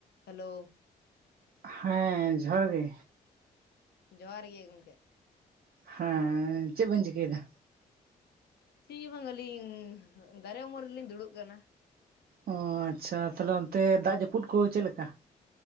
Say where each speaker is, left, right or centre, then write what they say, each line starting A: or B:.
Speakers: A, on the left; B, on the right.
A: Hello
B: ᱦᱮᱸ ᱡᱚᱦᱟᱨ ᱜᱮ
A: ᱡᱚᱦᱟᱨ ᱜᱮ ᱜᱚᱢᱠᱮ
B: ᱦᱮᱸ ᱪᱮᱫ ᱵᱮᱱ ᱪᱤᱠᱟᱹᱭᱟ
A: ᱪᱤᱫᱜᱮ ᱵᱟᱝ ᱟᱹᱞᱤᱧ ᱫᱟᱨᱮ ᱩᱢᱩᱞ ᱨᱮᱞᱤᱧ ᱫᱩᱲᱩᱵ ᱠᱟᱱᱟ
B: ᱚ ᱟᱪᱷᱟ ᱛᱟᱦᱞᱮ ᱚᱱᱛᱮ ᱫᱟᱜ ᱡᱟᱹᱯᱩᱫ ᱠᱚ ᱪᱮᱫ ᱞᱮᱠᱟ